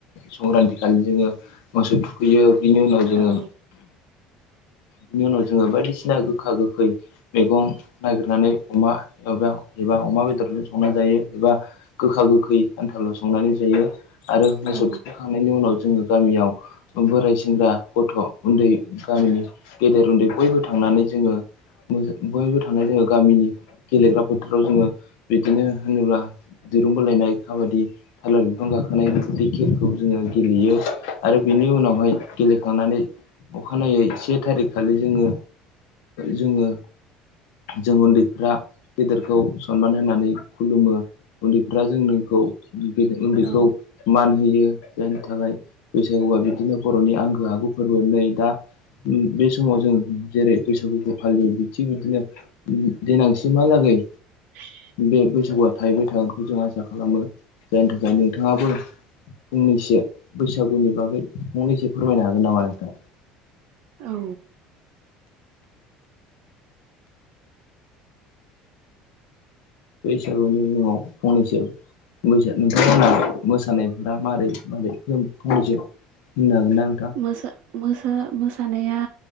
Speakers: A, on the left; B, on the right.
A: संक्रान्ति खालि जोंङो मोसौ थुखैयो बिनि उनाव जोंङो
B: औ
A: बिनि उनाव जोङो बायदिसिना गोखा गोखै मैगं नागिरनानै अमा एबा एबा अमा बेदरजों संना जायो एबा गोखा गोखै आनथाल' संनानै जायो आरो मोसौ
B: औ
A: थुखैखांनायनि उनाव जोंङो गामियाव बोराय, सेंग्रा, गथ', उन्दै गामिनि गेदेर उन्दै बयबो थांनानै जोंङो मोजां बयबो थांनानै जोंङो गामिनि गेलेग्रा फोथाराव जोंङो बिदिनो होनोब्ला दिरुं बोलायनाय, काबादि, थालिर बिफां गाखोनाय बेबायदि खेलखौ जोंङो गेलेयो। आरो बिनि उनावहाय गेलेखांनानै अखानायै से थारिख खालि जोंङो जोंङो जों उन्दैफ्रा गेदेरखौ सनमान होनानै खुलुमो उन्दैफ्रा जों नोंखौ उन्दैखौ
B: औ
A: मान होयो । जायनि थाखाय बैसागुआ बिदिनो बर'नि आंगो आगु फोरबो नै दा बे समाव जों जेरै- बैसागुखौ फालियो थिग बिदिनो देनां सिमहालागै
B: <inaudible>
A: बे बैसागुआ थाहैबाय थागोनखौ जों आसा खालामो । जायनि थाखाय नोंथांङाबो फंनैसो बैसागुनि बागै फंनैसो फोरमायनो हागोन नामा नोंथां?
B: औ
A: बैसागुनि मुंङाव फंनैसो बैसागु नोंथांमोनहा मोसानायफोरा मारै मारै फंनैसो होननो हागोनना?
B: मोसा मोसा मोसानाया